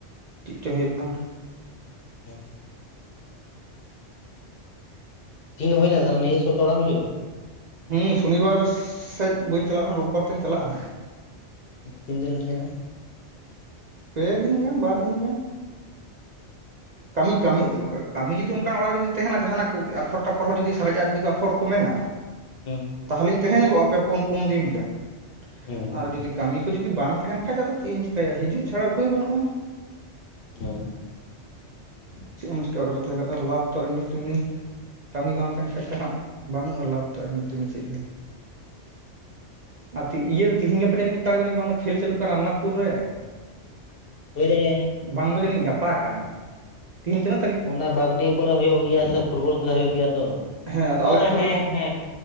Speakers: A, on the right; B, on the left.
A: ᱪᱮᱫ ᱪᱚᱝ ᱦᱩᱭᱩᱜ ᱠᱟᱱ
B: ᱦᱮᱸ᱾ ᱫᱤᱱ ᱫᱚ ᱦᱩᱭᱱᱟ ᱛᱟᱦᱚᱞᱮ ᱱᱤᱭᱟᱹ ᱥᱚᱯᱛᱟᱦᱚ ᱚᱲᱟᱜ ᱮᱢ ᱦᱤᱡᱩᱜᱼᱟ?
A: ᱦᱩᱸ ᱥᱚᱱᱤᱵᱟᱨ ᱥᱮᱡ ᱵᱟᱹᱧ ᱪᱟᱞᱟᱜ. ᱨᱮᱦᱚᱸ ᱨᱳᱵᱵᱟᱨ ᱛᱤᱧ ᱪᱟᱞᱟᱜᱼᱟ
B: ᱛᱤᱱ ᱫᱤᱱ ᱮᱢ ᱛᱟᱦᱮᱱᱟ
A: ᱯᱮ ᱫᱤᱱ ᱜᱟᱱ ᱵᱟᱨ ᱫᱤᱱ ᱜᱟᱱ ᱠᱟᱹᱢᱤ ᱠᱟᱹᱢᱤ ᱠᱟᱹᱢᱤ ᱡᱩᱫᱤ ᱚᱱᱠᱟᱱᱟᱜ ᱚᱲᱟᱜ ᱨᱮ ᱡᱩᱫᱤ ᱛᱟᱦᱮᱱᱟ ᱡᱟᱦᱟᱱᱟᱜ ᱠᱚ ᱟᱯᱷᱚᱨ ᱴᱟᱯᱷᱚᱨ ᱦᱚᱸ ᱡᱩᱫᱤ ᱥᱟᱨᱮᱡᱼᱟ ᱡᱩᱫᱤ ᱟᱯᱷᱚᱨ ᱠᱚ ᱢᱮᱱᱟ
B: ᱦᱮᱸ
A: ᱛᱟᱦᱚᱞᱮᱧ ᱛᱟᱦᱮᱸ ᱧᱚᱜᱚᱜᱼᱟ ᱯᱮ ᱯᱩᱱ ᱯᱩᱱ ᱫᱤᱱ ᱜᱟᱱ
B: ᱦᱩᱸ
A: ᱟᱨ ᱡᱩᱫᱤ ᱠᱟᱹᱢᱤ ᱠᱚ ᱡᱩᱫᱤ ᱵᱟᱝ ᱛᱟᱦᱮᱱ ᱠᱷᱟᱡ ᱟᱫᱚ ᱪᱮᱫ ᱤᱧ ᱪᱤᱠᱟᱹᱭᱟ ᱦᱤᱡᱩᱜ ᱪᱷᱟᱲᱟ ᱩᱯᱟᱹᱭ ᱵᱟᱹᱱᱩᱜᱼᱟ
B: <unintelligible>
A: ᱪᱮᱫ ᱮᱢ ᱪᱮᱠᱟ ᱟᱨ ᱛᱟᱦᱮᱸ ᱠᱟᱛᱮ ᱞᱟᱵᱷ ᱛᱚ ᱮᱢᱱᱤ ᱛᱮᱢᱱᱤ ᱠᱟᱹᱢᱤ ᱵᱟᱝ ᱛᱟᱦᱮᱱ ᱠᱷᱟᱡ ᱫᱚᱦᱟᱸᱜ ᱵᱟᱹᱱᱩᱜᱼᱟ ᱞᱟᱵᱷ ᱛᱚ ᱮᱢᱱᱤ ᱛᱮᱱᱤ ᱪᱮᱫ ᱜᱮ ᱟᱨ ᱤᱭᱟᱹᱨᱮ ᱛᱮᱦᱤᱧ ᱜᱟᱯᱟ ᱡᱟᱹᱱᱤᱡ ᱚᱠᱟᱨᱮ ᱡᱟᱹᱱᱤᱡ ᱵᱟᱝ ᱫᱚ ᱠᱷᱮᱞ ᱪᱟᱹᱞᱩᱜ ᱠᱟᱱᱟ ᱨᱟᱢᱱᱟᱛᱷᱯᱩᱨ ᱨᱮ
B: ᱦᱳᱭ ᱫᱟᱲᱮᱭᱟᱜ - ᱟ
A: ᱵᱟᱝ ᱫᱚ ᱡᱟᱹᱱᱤᱡ ᱜᱟᱯᱟ ᱠᱟᱱ ᱛᱤᱦᱤᱱ ᱛᱤᱱᱟᱜ
B: ᱚᱱᱟ ᱵᱟᱜᱽᱰᱤ ᱠᱚᱨᱮ ᱦᱩᱭᱩᱜ ᱜᱮᱭᱟ ᱥᱮ ᱯᱷᱩᱴᱵᱚᱞ ᱠᱷᱮᱞᱟ ᱦᱩᱭᱩᱜ ᱜᱮᱭᱟ ᱛᱚ
A: ᱦᱮᱸ ᱟᱫᱚ ᱟᱞᱮ ᱟᱛᱳ
B: ᱦᱮᱸ
A: ᱨᱮᱱ
B: ᱦᱮᱸ